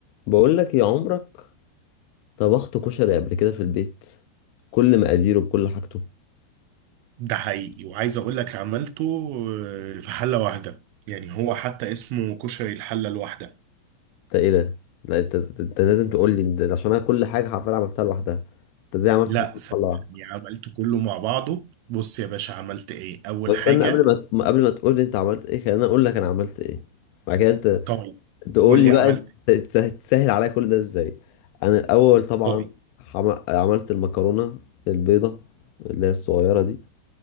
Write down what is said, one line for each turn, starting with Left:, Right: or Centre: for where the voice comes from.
Left: بقول لك يا عمرك طبخت كشري قبل كده في البيت كل مقاديره بكل حاجته
Right: ده حقيقي وعايز اقول لك عملته آه، في حلة واحدة يعني هو حتى اسمه كشري الحلة الواحدة
Left: انت ايه ده لا انت انت لازم تقول لي ده عشان انا كل حاجه حرفيا عملتها لوحدها انت ازاي عملت
Right: لا
Left: في الطبخ
Right: صدقني
Left: لوحدك
Right: عملته كله مع بعضه بص يا باشا عملت ايه اول
Left: بس
Right: حاجة
Left: استنى قبل ما ت- قبل ما تقول لي انت عملت ايه خليني اقول لك انا عملت ايه بعد كده انت
Right: طيب
Left: تقول
Right: قول
Left: لي
Right: لي
Left: قول
Right: عملت
Left: بقى
Right: إيه؟
Left: انت تسهل عليا كل ده ازاي انا الاول طبعا
Right: طيب
Left: حم- عملت المكرونه البيضه اللي هي الصغيره دي